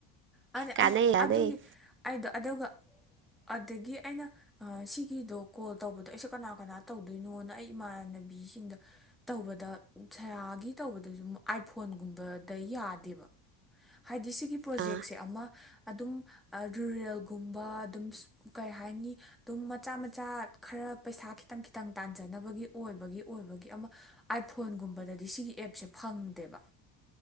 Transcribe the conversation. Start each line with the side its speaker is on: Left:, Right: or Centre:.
Centre: ꯍꯥꯏꯗꯤ
Right: ꯀꯥꯟꯅꯩ
Centre: ꯑꯃ
Right: ꯀꯥꯟꯅꯩ
Centre: ꯑꯗꯨꯒꯤ ꯑꯩꯗꯣ ꯑꯗꯨꯒ ꯑꯗꯒꯤ ꯑꯩꯅ ꯁꯤꯒꯤꯗꯣ ꯀꯣꯜ ꯇꯧꯕꯗꯣ ꯑꯩꯁꯨ ꯀꯅꯥ ꯀꯅꯥ ꯇꯧꯗꯣꯏꯅꯣꯅ ꯑꯩ ꯏꯃꯥꯟꯅꯕꯤꯁꯤꯡꯗ ꯇꯧꯕꯗ ꯁꯌꯥꯒꯤ ꯇꯧꯕꯗꯁꯨ ꯑꯥꯏꯐꯣꯟꯒꯨꯝꯕꯗ ꯌꯥꯗꯦꯕ ꯍꯥꯏꯗꯤ ꯁꯤꯒꯤ ꯄ꯭ꯔꯣꯖꯦꯛꯁꯦ
Right: ꯑꯥ
Centre: ꯑꯃ ꯑꯗꯨꯝ ꯔꯨꯔꯦꯜꯒꯨꯝꯕ ꯑꯗꯨꯝ ꯀꯩ ꯍꯥꯏꯅꯤ ꯑꯗꯨꯝ ꯃꯆꯥ ꯃꯆꯥ ꯈꯔ ꯄꯩꯁꯥ ꯈꯤꯇꯪ ꯈꯤꯇꯪ ꯇꯥꯟꯖꯅꯕꯒꯤ ꯑꯣꯏꯕꯒꯤ ꯑꯣꯏꯕꯒꯤ ꯑꯃ ꯑꯥꯏꯐꯣꯟꯒꯨꯝꯕꯗꯗꯤ ꯁꯤꯒꯤ ꯑꯦꯞꯁꯦ ꯐꯪꯗꯦꯕ